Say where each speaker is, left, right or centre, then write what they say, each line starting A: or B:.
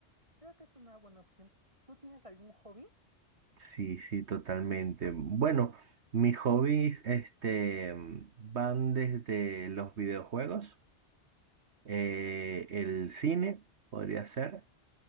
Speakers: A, on the right; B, on the right.
A: Creo que es una buena opción. ¿Tú tienes algún hobby?
B: Sí, sí, totalmente. Bueno, mis hobbies, este, van desde los videojuegos, eh, el cine, podría ser,